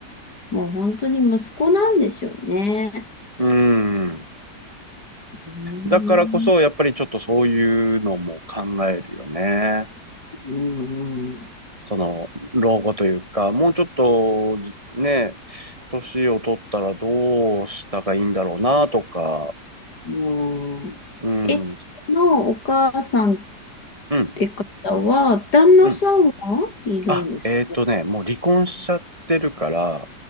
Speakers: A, on the left (about 70°); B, on the right (about 20°).
A: もう本当に息子なんでしょうね。
B: うん。
A: うん、
B: だからこそ、やっぱりちょっとそういうのも考えるよね。
A: うんうん
B: その、老後というか、もうちょっと、じね、年を取ったらどうしたがいいんだろうな、とか、
A: もう、
B: うん、
A: え、
B: うん、
A: のお母さんっ
B: うん、
A: て方は、旦那さんはいるんですか
B: うん。あ、えっとね、もう離婚しちゃってるから、